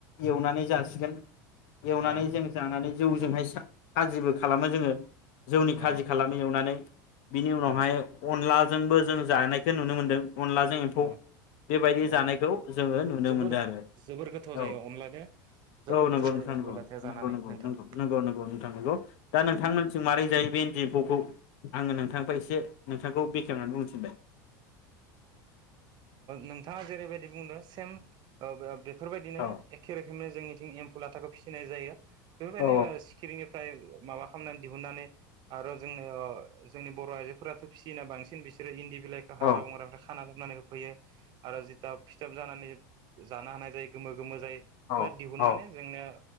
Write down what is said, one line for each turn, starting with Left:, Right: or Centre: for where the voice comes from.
Left: एवनानै जासिगोन एवनानै
Right: अ
Left: जों जानानै जौजोंहाय सा खाजिबो खालामो जोङो जौनि
Right: अ
Left: खाजि खालामो एवनानै बिनि उनावहाय
Right: अ
Left: अनला जोंबो जों जानायखौ नुनो मोन्दों अनलाजों एम्फौ
Right: अ
Left: बेबायदि
Right: अ
Left: जानायखौ जोङो नुनो
Right: जोबोर
Left: मोनदों आरो
Right: जोबोर गोथाव
Left: औ
Right: जायो अनलाजों जोबोर
Left: औ नंगौ
Right: गोथाव जायो
Left: नोंथां
Right: एम्फौ
Left: नंगौ
Right: लाथाया जानानै
Left: नंगौं
Right: नोंथां
Left: नंगौ नंगौ नंगौ नोंथां नंगौ दा नोंथां मोनथिं जों मारै जायो बे इन्दि एम्फौखौ आङो नोंथांनिफ्राय एसे नोंथांखौ बेखेवनानै बुंनो थिनबाय
Right: नोंथाङा जेरैबायदि बुंदों सेम ओ बे बेफोरबायदिनो
Left: औ
Right: एखे रोखोमनो जोंनिथिं एमफु लाथाखौ फिसि फिनाय जायो <unintelligible> ओ
Left: औ
Right: सिखिरि फ्राय माबा खालामनानै दिहुननानै आरो जोङो जोंनि बर' आइजोफोराथ' फिसियोना बांसिन बिसोरो इन्दि बिलायखो हाग्रा
Left: औ
Right: बंग्रा नानै होफैयो आरो जिथिया फिथोब जानानै जानो हानाय जायो गोमो गोमो जायो
Left: औ
Right: दिहुननानै
Left: औ
Right: जोंनो